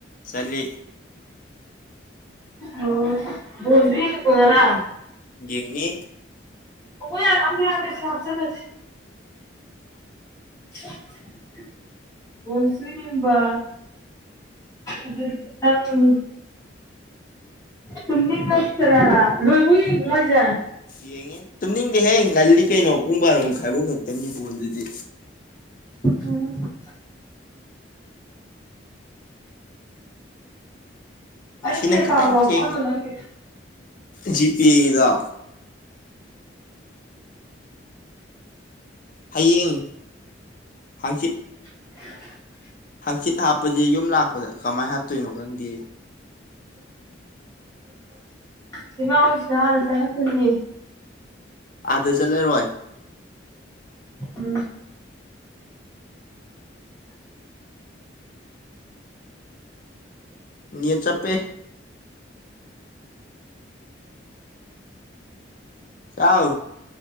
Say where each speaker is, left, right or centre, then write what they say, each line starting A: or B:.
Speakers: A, on the left (about 45°); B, on the left (about 15°).
A: ꯆꯠꯂꯤ
B: ꯑꯣ ꯣꯕꯤ ꯀꯅꯔ
A: ꯌꯦꯤ
B: ꯑꯣ ꯌꯥ ꯀꯝ ꯊ ꯌꯥꯗꯁꯤ ꯍꯥꯞ ꯆꯁꯤ <unintelligible> ꯣꯜꯁꯨ ꯌꯦꯕ ꯑꯗꯨꯪ ꯇꯅꯤ ꯃꯁ꯭ꯔ ꯃꯖꯥ
A: ꯌꯦꯍꯦ ꯇꯨꯕꯤꯍꯦ ꯉꯜꯂꯤ ꯀꯩꯅꯣ ꯄꯨꯡ ꯕꯥꯔꯣꯃ ꯈꯥꯏꯐꯧ ꯈꯛꯇꯅꯤ ꯐꯣꯟꯗꯨꯗꯤ
B: ꯎꯝ
A: ꯃꯁꯤꯤꯟ
B: ꯑꯩꯒꯤ
A: ꯀꯈꯤ
B: ꯑꯦꯀꯥꯎꯟꯗꯣ
A: ꯇꯪ
B: ꯍꯥꯞꯆꯜꯂꯣ
A: ꯀꯦ
B: ꯅꯪꯒꯤ
A: ꯖꯤ ꯄꯦꯗ ꯍꯌꯦꯡ ꯍꯥꯡꯆꯤꯠ
B: <unintelligible>
A: ꯍꯪꯆꯤꯠ ꯍꯥꯞꯄꯁꯦ ꯌꯨꯝ ꯂꯥꯛꯄꯗ ꯀꯃꯥꯏꯅ ꯍꯥꯞꯇꯣꯏꯅꯣ ꯈꯪꯗꯦ
B: ꯁꯤꯅꯥ ꯍꯧꯁ ꯌꯥꯔ ꯆ ꯀꯅꯤ
A: ꯑꯥꯗ ꯆꯠꯂꯔꯣꯏ
B: ꯎꯝ
A: ꯅꯦ ꯆꯞꯄꯦ ꯆꯥꯎꯥꯎ